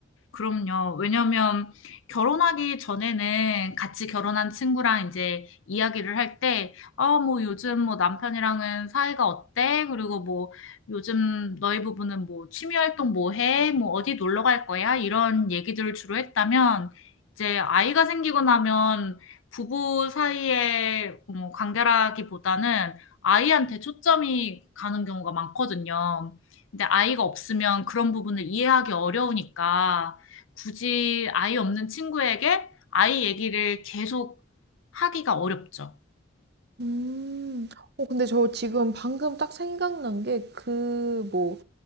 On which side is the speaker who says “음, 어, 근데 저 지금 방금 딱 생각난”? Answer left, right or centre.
Right